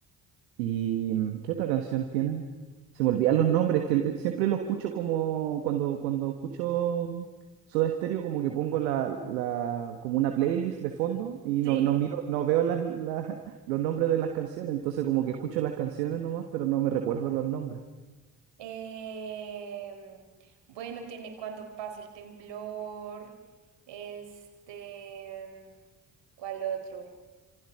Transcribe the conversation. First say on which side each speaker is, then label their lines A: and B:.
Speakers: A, on the right (about 70°); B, on the right (about 60°).
A: ¿Y mm, qué otra canción tienen? Se me olvidan los nombres, que l- siempre lo escucho como cuando, cuando escucho mm, Soda Stereo, como que pongo la, la, como una playlist de fondo y
B: Sí.
A: no, no miro, no veo las, la- <laughs> los nombres de las canciones, entonces como que escucho las canciones nomás, pero no me recuerdo los nombres.
B: Em, bueno, tiene cuando pasa el temblor. Este, ¿cuál otro?